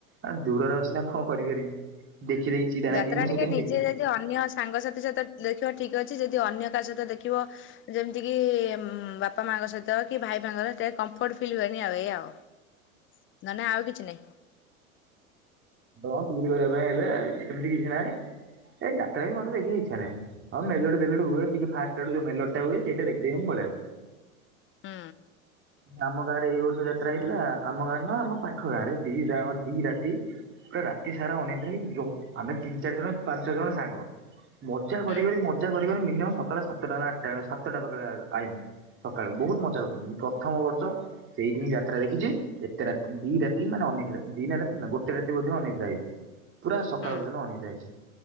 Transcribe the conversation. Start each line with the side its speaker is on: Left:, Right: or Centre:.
Right: ଆ ଦୂରରେ ଅଛି ନା କଣ କରିପାରିବି। ଦେଖିଦେଖି ଚିଡା
Left: ଯାତ୍ରା
Right: ନାଗିକି ମୁଁ
Left: ଟିକେ
Right: ସେଇଥିପାଇଁ
Left: ନିଜେ
Right: ଦେଖେ।
Left: ଯଦି ଅନ୍ୟ ସାଙ୍ଗସାଥି ସହିତ ଦେଖିବ ଠିକ। ଅଛି ଯଦି ଅନ୍ୟ କାହା ସହିତ ଦେଖିବ ଯେମିତି କି ବାପା ମାଙ୍କ ସହିତ କି ଭାଇ ଫାଇଙ୍କ। କମଫର୍ଟ ଫିଲ୍ ହୁଏନି ଆଉ ଏଇଆ ଆଉ ନ ନାଇ ଆଉ କିଛି ନାଇଁ।
Right: ବ ପିରିୟଡ଼ ଏବେ ହେଲେ ସେମିତି କିଛି ନହିଁ। ଏ ଯାତ୍ରା ବି ମତେ ଦେଖିବାକୁ ଇଚ୍ଛା ନାଁଇ ହଁ ମଲୋଡି ଫେଲୋଡ଼ି ହୁଏ ଟିକେ ଫାଷ୍ଟ ଆଡୁ ଯୋଉ ମେଲୋଡ଼ି ଟା ହୁଏ ସେଇଟା ଦେଖି ଦେଇକି ମୁ ପଳେଇ ଆସେ।
Left: ହୁଁ।
Right: ଆମ ଗାଁ ରେ ଏଇ ବର୍ଷ ଯାତ୍ରା ହେଇଥିଲା ଆମ ଗାଁରେ ନୁହଁ ଆମ ପାଖ ଗାଁରେ ଦିଟା ଯାଙ୍କ ଦି ରାତି। ପୁରା ରାତି ସାରା ଅନିଦ୍ରା ହେଇ ଜ ଆମେ ତିନି ଚାରି ଜଣ ପାଞ୍ଚ ଜଣ ସାଙ୍ଗ। ମଜା
Left: ହୁଁ
Right: କରି କରି ମଜା କରି କରି ମିନିମମ ସକାଳେ ସାତଟା ନ ଆଟା ବଳେ ସାତଟା ପାଖରେ ଆଇଲୁ। ସକାଳୁ ବହୁତ ମଜା କରୁ ମୁଁ ପ୍ରଥମ ବର୍ଷ ସେଇଟି ହିଁ ଯାତ୍ରା ଦେଖିଛି ଏତେ ରାତି ଦି ରାତି ମାନେ। ଅନିଦ୍ରା ଦି ଟା ରାତି ନା ଗୋଟେ ରାତି ବୋଧେ ଅନିଦ୍ରା ହେଇଛି ପୁରା ସକାଳ
Left: ହୁଁ
Right: ପର୍ଯ୍ୟନ୍ତ ଅନିଦ୍ରା ହେଇଛି।